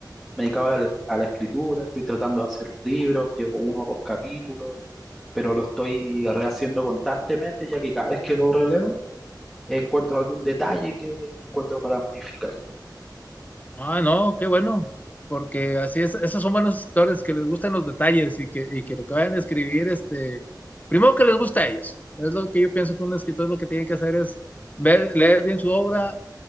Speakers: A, in the centre; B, on the left (about 20°).
A: Me he dedicado a la, a la escritura, estoy tratando de hacer un libro, llevo uno o dos capítulos, pero lo estoy rehaciendo constantemente, ya que cada vez que lo releo encuentro algún detalle que encuentro para modificar.
B: Ah, no, qué bueno, porque así es, esos son buenos escritores que les gustan los detalles y que, y que lo que vayan a escribir, este, primero que les gusta a ellos. Es lo que yo pienso que un escritor lo que tiene que hacer es ver, leer bien su obra,